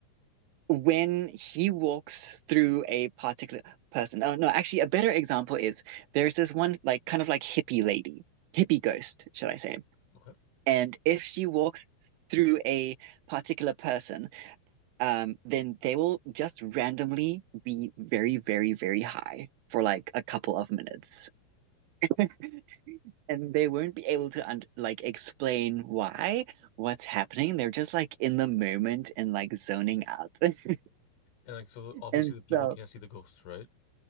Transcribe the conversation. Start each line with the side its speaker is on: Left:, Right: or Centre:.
Right: when he walks through a particular person, oh no, actually a better example is there's this one like kind of like hippie lady, hippie ghost, should I say?
Left: Okay.
Right: And if she walks through a particular person, um, then they will just randomly be very, very, very high for like a couple of minutes. <laughs> And they won't be able to un like explain why, what's happening. They're just like in the moment and like zoning out. <laughs>
Left: And like so, obviously
Right: And
Left: the people
Right: so
Left: can't see the ghosts, right?